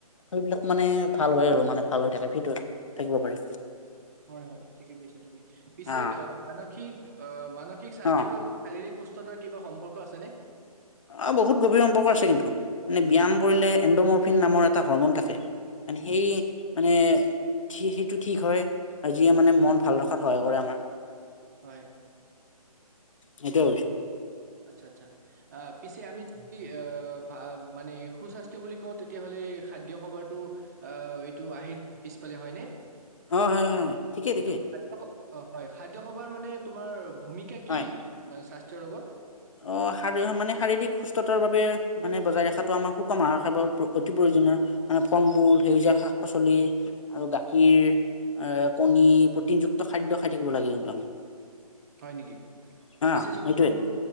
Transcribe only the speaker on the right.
হয়, হয় ঠিকে কৈছা তুমি পিছে
অহ, মানসিক অহ, মানসিক স্বাস্থ্যৰ
লগত শাৰীৰিক সুস্থ স্থতাৰ কিবা সম্পৰ্ক আছেনে?
হয়।
আচ্ছা, আচ্ছা, আ পিছে আমি যদি এ ভা মানে সুস্বাস্থ্য বুলি কওঁ তেতিয়াহ'লে খাদ্য খভাৰটো অ', এইটো আহিত পিছ ফালে হয়নে?
ত' খাদ্য স- অ হয় খাদ্য সভাৰ মানে তোমাৰ ভূমিকা
কি? মান স্বাস্থ্যৰ লগত
হয় নেকি?
পিছে যদি
তই মোৰ